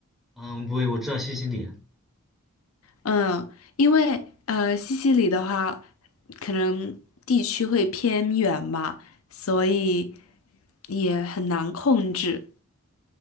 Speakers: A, in the centre; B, on the left.
A: 嗯，对，我知道西西里，
B: 嗯，因为呃，西西里的话，可能地区会偏远嘛，所以也很难控制。